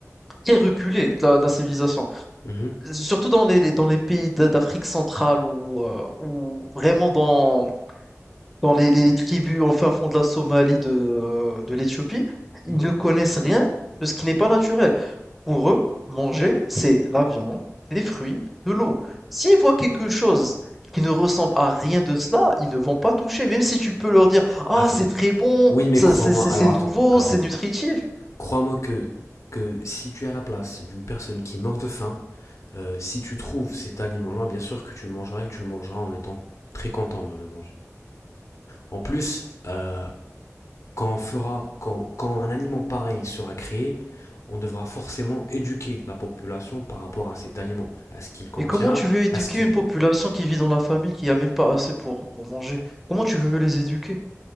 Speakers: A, in the centre; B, on the left (about 70°).
A: très reculés de la, de la civilisation.
B: mhm,
A: Surtout dans les, les- dans les pays d'A- d'Afrique centrale ou, euh, ou vraiment dans, dans les, les, les tribus au fin fond de la Somalie, de, de l'Éthiopie, ils
B: mhm.
A: ne connaissent rien de ce qui n'est pas naturel. Pour eux, manger, c'est la viande, les fruits, de l'eau. S'ils voient quelque chose qui ne ressemble à rien de cela, ils ne vont pas toucher, même si tu peux leur dire, ah,
B: Attends.
A: c'est très bon,
B: Oui, mais
A: ça,
B: crois-moi.
A: c'est, c'est,
B: Alors
A: c'est nouveau,
B: attends. Alors
A: c'est
B: attends.
A: nutritif.
B: Crois-moi que que si tu es à la place d'une personne qui meurt de faim Euh, si tu trouves cet aliment-là, bien sûr que tu le mangeras et que tu le mangeras en étant très content de le manger. En plus, euh, quand, on fera, quand, quand un aliment pareil sera créé, on devra forcément éduquer la population par rapport à cet aliment, à ce qu'il contient,
A: Mais comment tu veux éduquer
B: à ce qu'il...
A: une population qui vit dans la famille, qui a même pas assez pour, pour manger? Comment tu veux les éduquer?